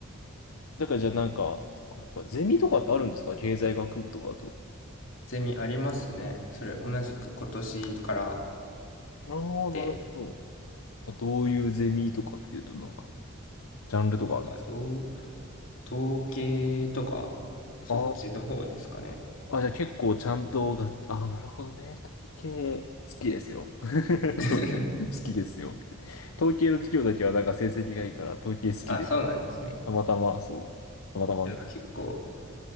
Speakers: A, on the left (about 80°); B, on the left (about 60°).
A: だからじゃあなんか、そっかそっかゼミとかってあるんですか経済学部とかだと。
B: ゼミありますね。それ同じく今年から
A: ああ、
B: で、
A: なるほど。どういうゼミとかっていうと、なんか、ジャンルとかあるんですか
B: なんかどう、統計とか、そっちの方ですかね。
A: ああ。あ、じゃあ結構ちゃんとが、ああ、なるほどね。統計、好きですよ。<laughs>
B: <laughs>
A: 統計好きですよって。統計の授業だけはなんか成績がいいから、統計好きです。
B: あ、そうなんですね。
A: たまたま、そう。たまたまね。
B: なんか結構、